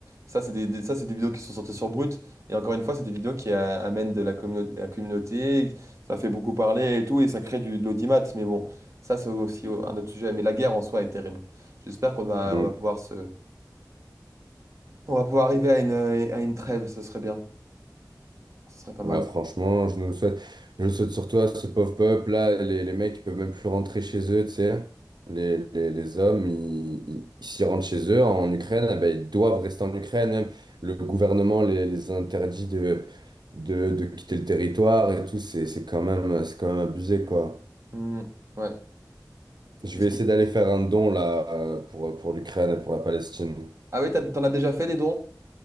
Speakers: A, on the right; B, on the right.
A: Ça, c'est des, des- ça, c'est des vidéos qui sont sorties sur Brut. Et encore une fois, c'est des vidéos qui euh, amènent de la, communauté la communauté. Ça fait beaucoup parler et tout, et ça crée du, de l'audimat. Mais bon, ça, c'est aussi euh, un autre sujet. Mais la guerre en soi est terrible. J'espère qu'on va,
B: Mm.
A: on va pouvoir se... On va pouvoir arriver à une, euh, à une trêve, ce serait bien. Ce serait pas
B: bah
A: mal.
B: franchement, je nous le souhaite. Je le souhaite surtout à ce pauvre peuple là, les, les mecs ils peuvent même plus rentrer chez eux, tu sais. Les, les, les hommes, ils, ils- s'ils rentrent chez eux en Ukraine, eh ben, ils doivent rester en Ukraine. Même le gouvernement les, les interdit de, de, de quitter le territoire et tout. C'est, c'est quand même, c'est quand même abusé, quoi.
A: Hmm, ouais.
B: Je
A: Est-ce
B: vais essayer
A: qui...
B: d'aller faire un don là euh, pour, pour l'Ukraine et pour la Palestine.
A: Ah oui, t'as- t'en as déjà fait les dons?